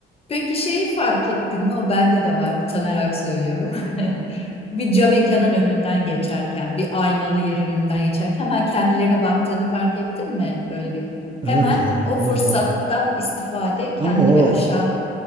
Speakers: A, on the left (about 30°); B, on the right (about 25°).
A: Peki şeyi fark ettin mi? O bende de var. Utanarak söylüyorum. <laughs> Bir cam mekanın önünden geçerken, bir aynalı yerin önünden geçerken hemen kendilerine baktığını fark ettin mi? Böyle bir hemen
B: Evet o,
A: o
B: o
A: fırsattan
B: za-
A: istifade kendini
B: ama o
A: bir aşağı